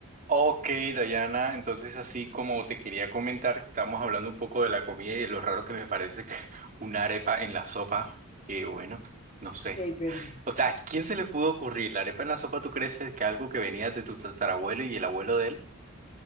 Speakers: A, on the right; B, on the left.
A: Ok, Dayana, entonces así como te quería comentar, estamos hablando un poco de la comida y de lo raro que me parece que <laughs> una arepa en la sopa, que bueno, no sé.
B: De ahí, pero...
A: O sea, ¿a quién se le pudo ocurrir la arepa en la sopa? ¿Tú crees que algo que venía de tu tatarabuelo y el abuelo de él?